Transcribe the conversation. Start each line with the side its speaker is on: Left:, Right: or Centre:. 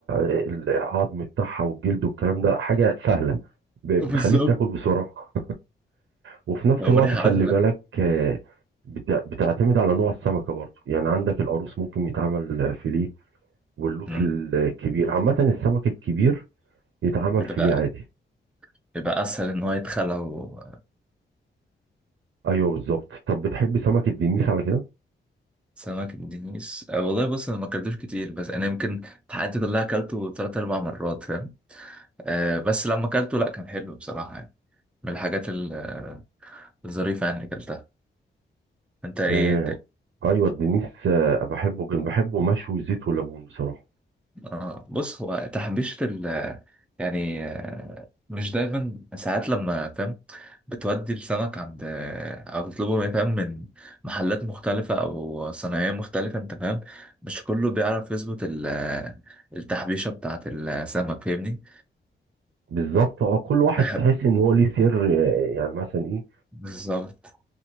Right: العظم بتاعها والجلد والكلام ده حاجة سهلة ب- بتخليك
Centre: بالظبط
Right: تاكل بسرعة وفي نفس
Centre: لو
Right: الوقت
Centre: مريح
Right: خلي
Centre: قوي في الأكل
Right: بالك آه، بت- بتعتمد على نوع السمكة برضو يعني عندك القاروص ممكن يتعمل فيليه واللوت
Centre: مم.
Right: الكبير عامة السمك الكبير يتعمل
Centre: بيبقى
Right: فيليه عادي
Centre: بيبقى أسهل إن هو يتخلى و-
Right: ايوه بالظبط طب بتحب سمك الدنيس على كده؟
Centre: سمك الدنيس أه والله بص أنا ما أكلتوش كتير بس أنا يمكن في حياتي كلها أكلته تلات أربع مرات فاهم أه بس لما أكلته لأ كان حلو بصراحة يعني من الحاجات ال- آه، الظريفة يعني اللي أكلتها أنت إيه
Right: آه
Centre: أنت إيه؟
Right: ايوه الدنيس آه، بحبه كان بحبه مشوي زيت وليمون بصراحة
Centre: آه بص هو تحبيشة ال يعني آه، مش دايما ساعات لما فاهم بتودي السمك عند آه، أو تطلبه من فاهم من محلات مختلفة أو صناعية مختلفة أنت فاهم مش كله بيعرف يظبط ال- آه، التحبيشة بتاعة السمك فاهمني
Right: بالظبط اه كل واحد
Centre: بحب
Right: تحس ان هو ليه سر آه، يعني مثلا ايه
Centre: بالظبط